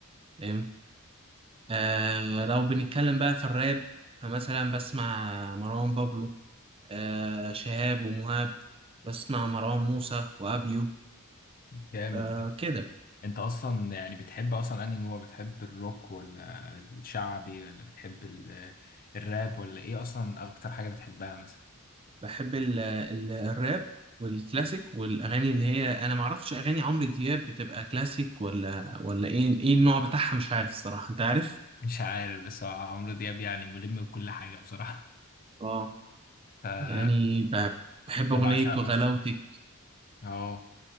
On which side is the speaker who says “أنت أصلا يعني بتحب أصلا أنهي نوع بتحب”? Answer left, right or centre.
Left